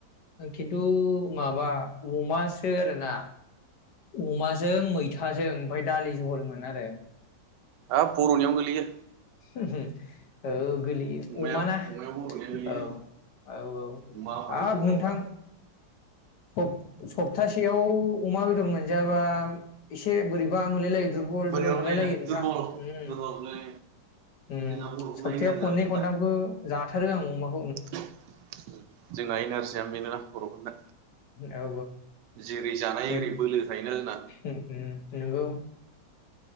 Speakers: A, on the left; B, on the right.
A: खिन्थु माबा अमासो आरोना अमाजों मैथाजों ओमफ्राय दालि जहलमोन आरो
B: हा खर'नि आव गोग्लोयो।
A: ओहो औ। गोगलैयो
B: अमाया
A: अमा ना
B: अमाया बर'नियानो गोलैयो
A: औ औ औ
B: अमा माथो
A: हाब
B: बर'फ्रा
A: नोंथां सफथासेआव अमा बेदर मोनजायाबा एसे बोरैबा मोनलायलायो दुरबल
B: बोरैबामोनलाय
A: दुरबल मोनलायलायो नोंथां
B: दुरबल
A: उम‌
B: दुरबललै
A: उम
B: जोंना बर'फोरना
A: सप्तायाव
B: एनारजिया
A: खननै
B: बेनोना
A: खनथामखौ जाथारो आं अमाख
B: जोंना एन आर जिआ बेनोना। बर'फोरना
A: उऔ औ
B: जेरै जानाय
A: गोद
B: एरै बोलो थायोना जोंना
A: उ उ नंगौ।